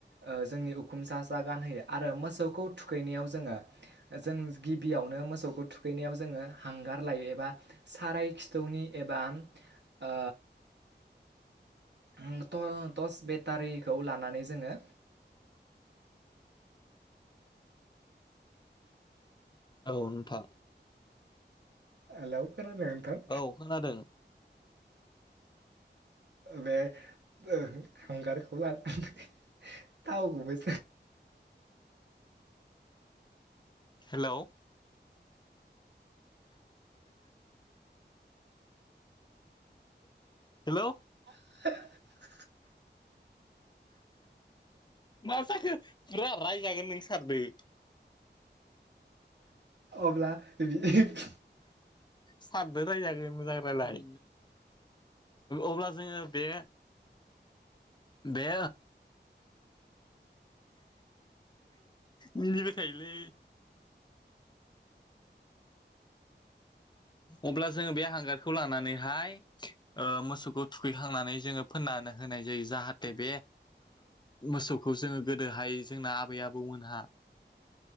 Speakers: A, on the right (about 70°); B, on the left (about 25°).
A: ओ जोंनि उखुम सा सा गानहोयो आरो मोसौखौ थुखैनायाव जोङो जों गिबियावनो मोसौखो थु थुखैनायाव जोङो हांगार लायो एबा साराय खिथौनि एबा ओ ओं त तस बेतारि खौ लानानै जोङो
B: औ नोंथां।
A: हेलौ। खोनादों नोंथां।
B: औ खोनादों
A: बे ओ हांगारखौ लानानै थाव गुबै
B: हेलौ। हेलौ।
A: <unintelligible>
B: मा जाखो बिराद रायजागोन नों सारदो।
A: अब्ला <unintelligible>
B: सारदो रायजागोन मोजां रायलाय। अब्ला जोङो बे बे मिनिबायथायोलै। अब्ला जोङो बे हांगारखौ लानानैहाय मोसौखौ थुखैखांनानै जोङो फोननानै होनाय जायो जाहाथे बे मोसौखौ जोङो गोदोहाय जोंना आबै आबौमोनहा